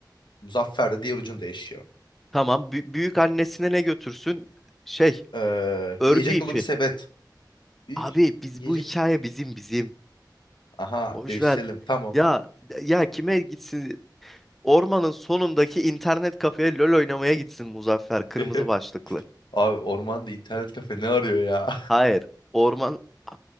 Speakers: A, on the left; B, in the centre.
A: Muzaffer de diğer ucunda yaşıyor.
B: Tamam, bü- büyük annesine ne götürsün? Şey,
A: Ee,
B: örgü
A: yiyecek
B: ipi.
A: dolu bir sepet. Büyük
B: Abi biz
A: yiyecek.
B: bu hikaye bizim bizim.
A: Aha
B: Boş
A: değiştirelim.
B: ver.
A: Tamam.
B: Ya ya kime gitsin? Ormanın sonundaki internet kafeye LoL oynamaya gitsin Muzaffer kırmızı
A: <laughs>
B: başlıklı.
A: Abi ormanda internet kafe ne arıyor ya?
B: Hayır, orman A-